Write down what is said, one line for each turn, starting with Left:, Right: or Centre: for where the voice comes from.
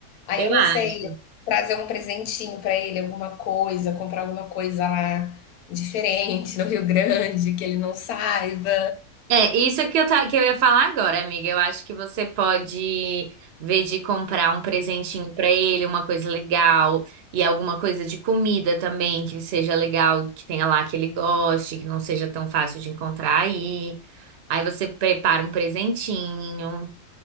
Left: Aí
Right: Eu
Left: eu não
Right: acho.
Left: sei, trazer um presentinho pra ele, alguma coisa, comprar alguma coisa lá diferente no Rio Grande, que ele não saiba.
Right: É, isso que eu, ta- que eu ia falar agora, amiga. Eu acho que você pode ver de comprar um presentinho pra ele, uma coisa legal, e alguma coisa de comida também que seja legal, que tenha lá que ele goste, que não seja tão fácil de encontrar aí. Aí você prepara um presentinho.